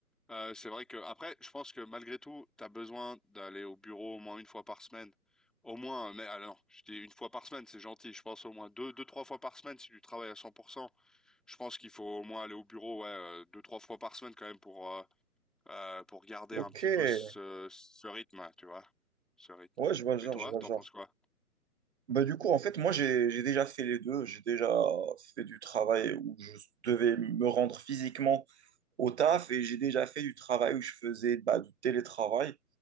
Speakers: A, in the centre; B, on the right (about 45°).
A: Euh, c'est vrai que après, je pense que malgré tout, tu as besoin d'aller au bureau au moins une fois par semaine. Au moins, mais alors, je dis une fois par semaine, c'est gentil. Je pense au moins deux, deux, trois fois par semaine si tu travailles à 100%. Je pense qu'il faut au moins aller au bureau, ouais, euh, deux, trois fois par semaine quand même pour euh, euh, pour garder
B: Ok,
A: un petit
B: ouais,
A: peu ce, ce rythme, tu vois, ce rythme.
B: je vois le genre,
A: Et toi,
B: je vois
A: t'en
B: le genre.
A: penses quoi?
B: Bah du coup, en fait, moi, j'ai, j'ai déjà fait les deux. J'ai déjà fait du travail où je devais me rendre physiquement au taf et j'ai déjà fait du travail où je faisais bah, du télétravail.